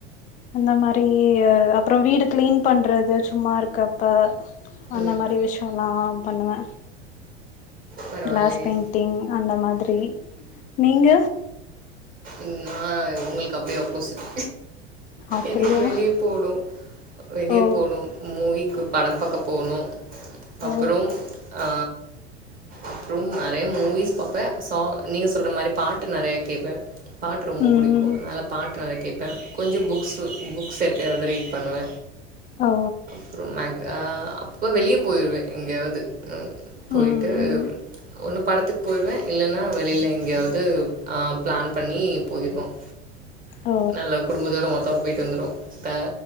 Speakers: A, on the left; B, on the right.
A: அந்த மாரி ஆ அப்புறம் வீடு கிளீன் பண்றது சும்மா இருக்கப்ப அந்த
B: ம்
A: மாரி விஷயம்ல்லா பண்ணுவ
B: பரவால்லயே
A: கிளாஸ் பெயிண்டிங் அந்த மாதிரி நீங்க
B: ம் நா உங்களுக்கு அப்டியே ஆப்போசிட்
A: அப்படியா
B: எனக்கு வெளிய போனும் வெளிய
A: ஓ
B: போனும் மூவிக்கு படம் பாக்க போணும் அப்புறம்
A: ஓ
B: ஆ அப்புறம் நெறைய மூவிஸ் பாப் ப சா நீங்க சொல்ற மாரி பாட்டு நெறைய கேட்ப பாட்டு ரொம்ப
A: ம்
B: பிடிக்கும்
A: ம்
B: அதனால பாட்டு பாட்ட கேப்ப கொஞ்சம் புக்ஸ் புக்ஸ் எப்பயாவது ரீட் பண்ணுவ
A: ஓ
B: அப்புறம் மெக ஆ அப்போ வெளிய போயிடுவ எங்கேயாவது ம் போயிட்டு
A: ம்
B: ஒன்னு படத்துக்கு போயிருவ இல்லன்னா வெளியிலா எங்கேயாவது ஆ பிளான் பண்ணி போயிருவோம்
A: ஓ
B: நல்ல குடும்பத்தோட மொத்தமா போய்ட்டு வந்துருவோ த